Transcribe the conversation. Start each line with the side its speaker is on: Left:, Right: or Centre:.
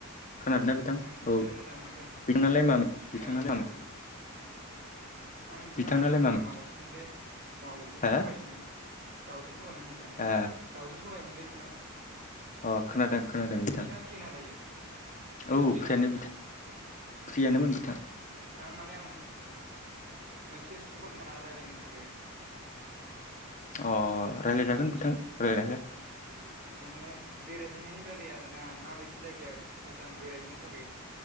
Left: खोनादोंना
Right: आदसा बिथां ओंख्रियालाय
Left: औ
Right: मोजाङानो माथोओ
Left: बिथांनालाय मामोन बिथांनालाय
Right: बिथां
Left: मामोन
Right: खोनादों आं बिथां
Left: बिथांनालाय
Right: आंना
Left: मामोन
Right: माबासोमोनलै दाउजों
Left: हो
Right: सबायसोमोन
Left: ए
Right: दाउजों सबायमोन बिथां
Left: अ
Right: दाउजों सबायमोनलै बिथां
Left: अ खोनादों खोनादों
Right: बिथदिाङा
Left: बिथां
Right: फ्रिना दायो
Left: औ
Right: फ्रि
Left: फ्रियानो
Right: नामा बिथां
Left: फ्रियानोमोन बिथां
Right: बिथां माने आं मोनसे सुंद गाना रायलायनो थाखाय
Left: अ रायज्लायजागोन
Right: खोनादोंना
Left: बिथां रायलायलायनो
Right: माने बेरायहैनायनि बारै आरोना माबायदि जायगाया मोजां बेरायहैनो थाखाय